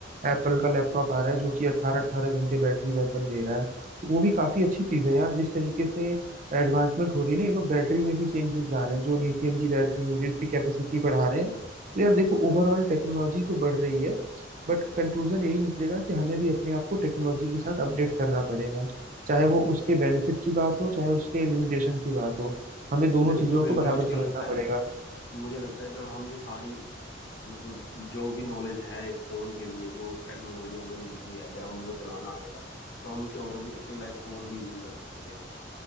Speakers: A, on the right; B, on the left.
A: है एप्पल का लैपटॉप आ रहा है जो कि अट्ठारह अट्ठारह घंटे बैटरी बैकअप दे रहा है तो वो भी काफी अच्छी चीज है यार जिस तरीके से एडवांसमेंट हो रही है ना ये लोग बैटरी में भी चेंजेस ला रहे हैं जो लिथियम की बैटरी हो रही है उसकी कैपेसिटी बढ़ा रहे हैं तो यार देखो ओवरऑल टेक्नोलॉजी तो बढ़ रही है बट कंक्लूजन यही निकलेगा कि हमें भी अपने आप को टेक्नोलॉजी के साथ अपडेट करना पड़ेगा चाहे वो उसके बेनिफिट की बात हो चाहे उसके लिमिटेशन की बात हो हमें दोनों
B: बिल्कुल
A: चीजों
B: बिल्कुल
A: को बराबर
B: मुझे क्या
A: समझना
B: लगता है
A: पड़ेगा
B: मुझे लगता है जब हम ये सारी मतलब जो भी नॉलेज है एक फोन के लिए जो टेक्नोलॉजी हमें मिल रही है अगर हम वो चलाना आएगा तो हम इसे और भी अपनी लाइफ को और भी इजी कर पाएंगे